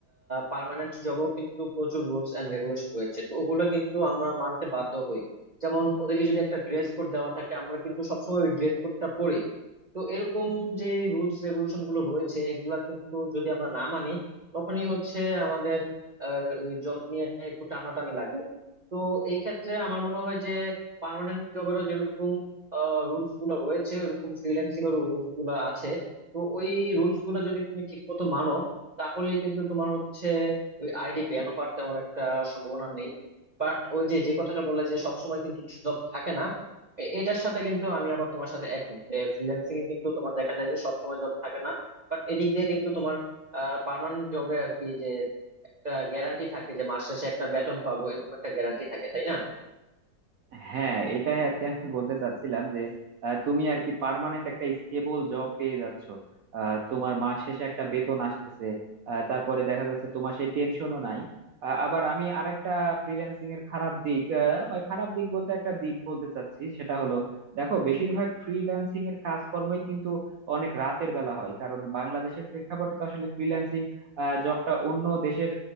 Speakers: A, on the right (about 40°); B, on the right (about 65°).
A: পার্মানেন্ট জবেও কিন্তু প্রচুর রুলস এন্ড রেগুলেশন রয়েছে তো ওগুলো কিন্তু আমরা মানতে বাধ্য হই যেমন ওদেরকে যদি একটা ড্রেস কোড দেওয়া থাকে আমরা কিন্তু সবসময় ওই ড্রেস কোডটা পরি তো এরকম যে রুলস রেগুলেশন গুলো রয়েছে এগুলা কিন্তু যদি আমরা না মানি তখনই হচ্ছে আমাদের আহ, ওই জব নিয়ে একটু টানাটানি লাগে তো এই ক্ষেত্রে আমার মনে হয় যে পার্মানেন্ট জবেরও যেরকম রুলস গুলো রয়েছে ওরকম ফ্রিল্যান্সিং এর রুলস গুলো আছে তো ওই রুলস গুলো যদি তুমি ঠিক মতো মানো তাহলে কিন্তু তোমার হচ্ছে ওই আইডি ব্যান হওয়ার তেমন একটা সম্ভাবনা নেই বাট ওই যে যে কথাটা বললে যে সবসময় কিন্তু জব থাকে না এ- এটার সাথে কিন্তু আমি আবার তোমার সাথে একমত যে ফ্রিল্যান্সিং এ কিন্তু তোমার দেখা যায় যে সবসময় জব থাকে না বাট এদিক দিয়ে কিন্তু তোমার পার্মানেন্ট জবে আর কি যে একটা গ্যারান্টি থাকে যে মাস শেষে একটা বেতন পাবো এরকম একটা গ্যারান্টি থাকে তাই না
B: হ্যাঁ এটাই আর কি আমি বলতে চাচ্ছিলাম যে আহ, তুমি আর কি পার্মানেন্ট একটা স্টেবল জব পেয়ে যাচ্ছ আহ, তোমার মাস শেষে একটা বেতন আসতেছে আহ, তারপরে দেখা যাচ্ছে তোমার সেই টেনশনও নাই আহ, আবার আমি আরেকটা ফ্রিল্যান্সিং এর খারাপ দিক আহ, মানে খারাপ দিক বলতে একটা দিক বলতে চাচ্ছি সেটা হলো দেখো বেশিরভাগ ফ্রিল্যান্সিং এর কাজকর্মই কিন্তু অনেক রাতের বেলা হয় কারণ বাংলাদেশের প্রেক্ষাপটে তো আসলে ফ্রিল্যান্সিং জবটা অন্য দেশের